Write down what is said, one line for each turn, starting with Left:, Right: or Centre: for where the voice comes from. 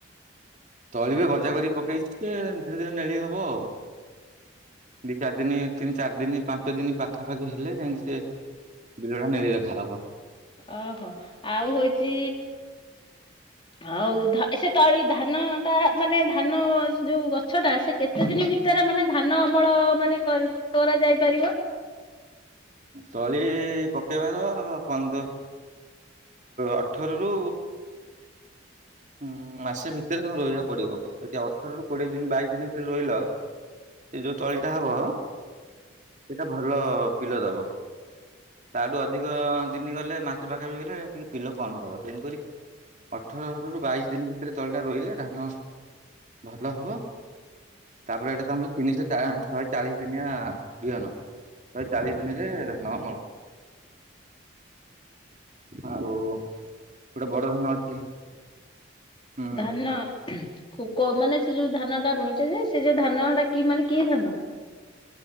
Right: ତଳି ବି ଗଜା କରିକି ପକେଇଛି। ସେ ଧୀରେ ଧୀରେ ନେଳି ହବ ଆଉ। ଦି ଚାରି ଦିନ, ତିନି ଚାରି ଦିନ, ପାଞ୍ଚ ଦିନ ପାଖାପାଖି ହେଲେ ଯାଇକି ସେ ବିଲଟା ନେଳି ଦେଖାହବ।
Left: ଓହୋ ଆଉ ହଉଛି ହଉ ଧ ସେ ତଳି ଧାନ ଟା ମାନେ ଧାନ ଯୋଉ ଗଛ ଟା ସେ କେ ତେ ଦିନ ଭିତରେ ମାନେ ଧାନ ଅମଳ ମାନେ କର କରାଯାଇ ପାରିବ?
Right: ତଳି ପକେଇବାର ପନ୍ଦ ଅଠର ରୁ ହୁଁ ମାସେ ଭିତରେ ତମେ ରହିବାକୁ ପଡିବ। ଯଦି ଅଠର ରୁ କୋଡିଏ ଦିନ ବାଇଶ ଦିନ ଭିତରେ ରୋଇଲ ସେ ଯୋଉ ତଳିଟା ହବ, ସେଟା ଭଲ ପିଲ ଦବ। ତାଠୁ ଅଧିକ ଦିନି ଗଲେ ମାସେ ପାଖାପଖି ଗଲେ ଟିକେ ପିଲ କମ୍ ଦବ। ତେଣୁକରି ଅଠର ରୁ ବାଇଶି ଦିନ ଭିତରେ ତଳିଟା ରୋଇଲେ ଧାନ ଭଲ ହବ। ତାପରେ ଏଇଟା ତମେ ତିନିଶହ ଶହେ ଚାଳିଶ ଦିନିଆ ବିହନ। ଶହେ ଚାଳିଶ ଦିନ ରେ ଧାନ ଅମଳ ଆଉ ଗୋଟେ ବଡ ଧାନ ଅଛି। ହୁଁ।
Left: ଧାନ କୋ କୋଉ ମାନେ ସେ ଯୋଉ ଧାନ ଟା ବୁଣିଛ ଯେ, ସେ ଯୋଉ ଧାନ ଟା କି ମାନେ କି ଧାନ?